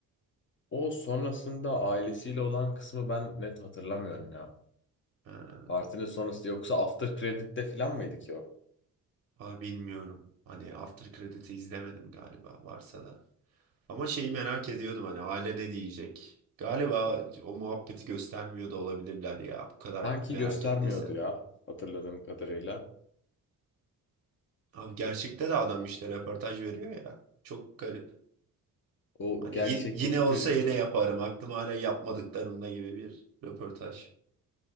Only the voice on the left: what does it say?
O sonrasında ailesiyle olan kısmı ben net hatırlamıyorum ya.
Partinin sonrası yoksa after credit'te falan mıydı ki o?
Sanki
göstermiyordu
ya hatırladığım kadarıyla.
O
gerçekteki
çocuk